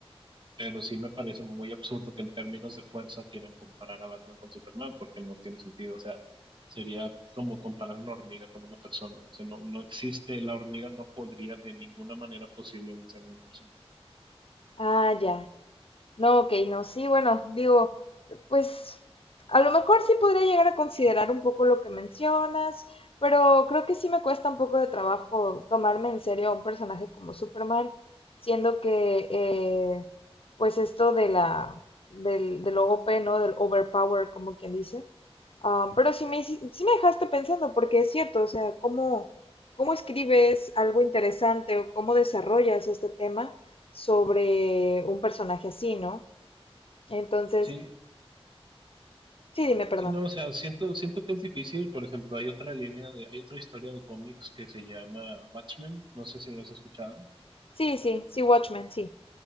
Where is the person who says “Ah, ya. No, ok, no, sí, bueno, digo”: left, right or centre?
Left